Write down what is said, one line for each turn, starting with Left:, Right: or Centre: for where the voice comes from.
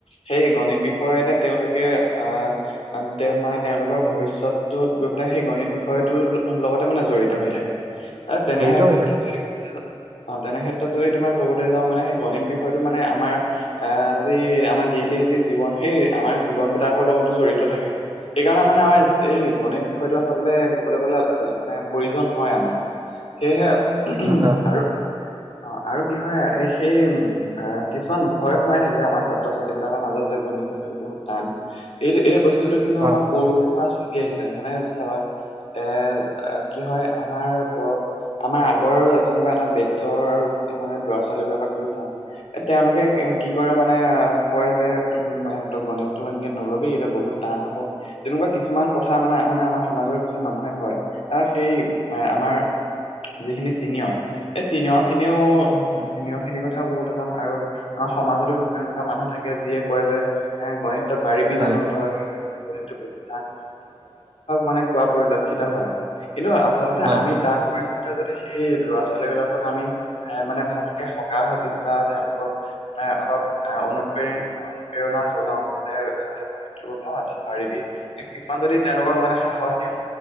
Left: সেই গণিত বিষয়তে তেওঁলোকে, আহ তেওঁ মানে, তেওঁলোকৰ ভৱিষ্যতটোত গৈ পেলাই, সেই গণিত বিষয়টো লগতে মানে জড়িত হৈ থাকে।
Right: <inaudible>
Left: অ, তেনে
Right: হৈ
Left: ক্ষেত্ৰত
Right: থাকে।
Left: অ', তেনে ক্ষেত্ৰত যদি তোমাৰ ক'বলৈ যাওঁ, মানে সেই গণিত বিষয়টো মানে, আমাৰ আহ, যি আমাৰ ডেইলি যি জীৱন, সেই আমাৰ জীৱন বিলাকৰ লগতো জড়িত থাকে। সেইকাৰণে মানে আমাৰ, এই গণিত বিষয়টো আচলতে ক'বলৈ গলে মানে, প্ৰয়োজন হয় আমাক। সেয়েহে আৰু
Right: হয় হয়
Left: অ', আৰু কি হয়, সেই উম আহ কিছুমান ভয় সোমাই থাকে, আমাৰ ছাত্ৰ-ছাত্ৰী বিলাকৰ মাজত যে গণিত বিষয়টো বহুত টান। এইটো, এই বস্তুটো কিন্তু
Right: হয়
Left: আমাৰ পূৰ্বৰ পৰা ছলি আহিছে, মানে চাবা এ, কি হয়, আমাৰ পৰ আমাৰ আগৰ যেনিবা এটা বেডছৰ, মানে ল'ৰা-ছোৱালী বিলাকক যদি চাওঁ এ তেওঁলোকে কি কৰে মানে কয় যে উম স তই গণিতটো এমানকে নল'বি এইটো বহুত টান হ'ব। তেনেকুৱা কিছুমান কথা মানে মানে আমাৰ সমাজৰ কিছুমান মানুহে কয়, আহ সেই এ আমাৰ যিখিনি চিনিয়ৰ এই চিনিয়ৰ খিনিও চিনিয়ৰ খিনিৰ কথাও কবলৈ যাম। আৰু আমাৰ সমাজতো কিছুমান এনেকুৱা মানুহ থাকে যিয়ে কয় যে এ গণিত তই পাৰিবি
Right: হয়
Left: জানো তই এনেকুৱা কিছুমান মানে কোৱা পৰিলক্ষিত হয়, কিন্তু আচলতে
Right: হয়
Left: আমি তাৰ পৰিৱৰ্তে যদি সেই ল'ৰা ছোৱালী বিলাকক আমি এ মানে ভালকে সকাহ দিওঁ বা তেওঁলোকক অলপ অনুপ্ৰেৰণ অনুপ্ৰেৰণা যোগাও পাৰিবি কিছুমান যদি তেওঁলোকক মানে সাহস দিওঁ